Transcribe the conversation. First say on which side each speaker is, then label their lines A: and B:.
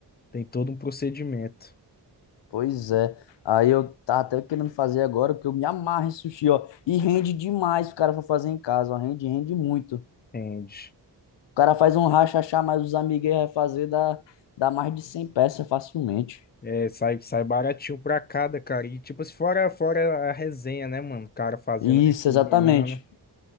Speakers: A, on the left; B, on the left.
A: tem todo um procedimento.
B: Pois é. Aí eu tava até querendo fazer agora, porque eu me amarro em sushi, ó. E rende demais se o cara for fazer em casa, ó. Rende, rende muito. O
A: Entende?
B: cara faz um rachachá, mas os amigos aí vai fazer, dá, dá mais de cem peças facilmente.
A: É, sai, sai baratinho pra cada, cara. E tipo, se fora, fora a resenha, né, mano? O cara fazendo
B: Isso,
A: ali, cozinhando.
B: exatamente.